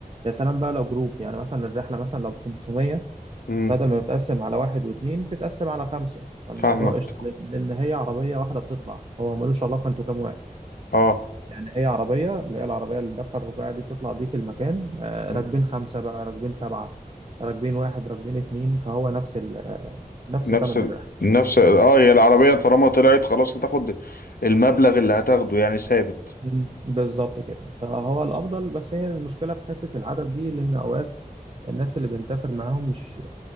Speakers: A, on the right; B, on the left.
A: يا سلام بقى لو جروب يعني مثلا الرحله مثلا لو ب 500
B: امم
A: بدل ما بتقسم على واحد واثنين بتتقسم على خمسه فالموضوع
B: فاهمك
A: قشطه لان لأن هي عربيه واحده بتطلع هو ملوش علاقه انتوا كام واحد
B: اه
A: يعني هي عربيه اللي هي العربيه اللي الدفع الرباعي دي بتطلع بيك المكان آه،
B: مم.
A: راكبين خمسه بقى راكبين سبعه راكبين واحد راكبين اتنين فهو نفس ال آه، نفس
B: نفس
A: ثمن
B: ال...
A: الرحله
B: نفس اه هي العربية طالما طلعت خلاص هتاخد المبلغ اللي هتاخده يعني ثابت
A: مم. بالظبط كده فهو الافضل بس هي المشكله في حته العدد دي لان اوقات الناس اللي بنسافر معاهم مش